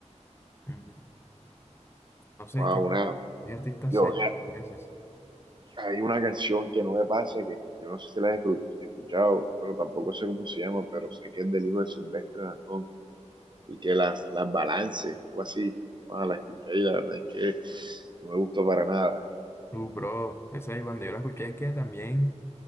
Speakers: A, on the left (about 20°); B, on the right (about 40°).
A: Mm, No sé,
B: wow,
A: es que
B: una,
A: hay artistas
B: yo,
A: serios,
B: ya,
A: tú dices.
B: hay una canción que no me pasa, que yo no sé si la he escu- escuchado, bueno, tampoco sé cómo se llama, pero sé que es del hijo de Silvestre Dangond, y que las, las balance, algo así, wow, la escuché y la verdad es que no me gustó para nada,
A: Uh, bro, esa es cuando yo la escuché, es que también,